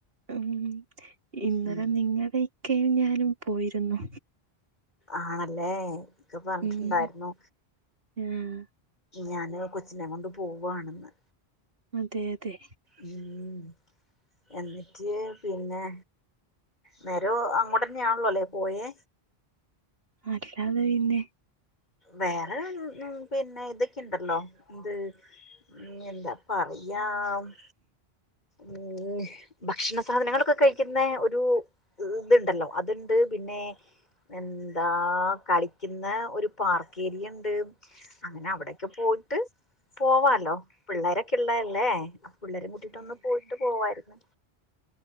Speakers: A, on the right; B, on the left.
A: ഉം ഇന്നലെ
B: ഉം
A: നിങ്ങളുടെ ഇക്കയും ഞാനും പോയിരുന്നു
B: ആണല്ലേ ഇക്കെ പറഞ്ഞിട്ടുണ്ടായിരുന്നു
A: ഉം ആഹ്
B: ഞാന് കൊച്ചിനെ കൊണ്ട് പോവവാണെന്ന്
A: അതെ അതെ
B: ഉം എന്നിട്ട് പിന്നെ നേര അങ്ങോട്ടന്നെയാണല്ലോല്ലേ പോയേ
A: അല്ലാതെ പിന്നെ
B: വേറെ ഉ പിന്നെ ഇതൊക്കെുണ്ടല്ലോ ഇത് ഉ എന്താ പറയാ ഉ ഉ ഭക്ഷണ സാധനങ്ങളൊക്കെ കഴിക്കുന്ന ഒരു ഇതുണ്ടല്ലോ അതുണ്ട് പിന്നെ എന്താ കളിക്കുന്ന ഒരു പാർക്ക് ഏരിയ ഉണ്ട് അങ്ങനെ അവിടെക്കെ പോയിട്ട്? പോവാാലോ, പിള്ളേരൊക്കെ ഉള്ളരല്ലേ? പിള്ളേരും കൂട്ടീട്ടൊന്ന് പോയിട്ട് പോവായിരുന്നു.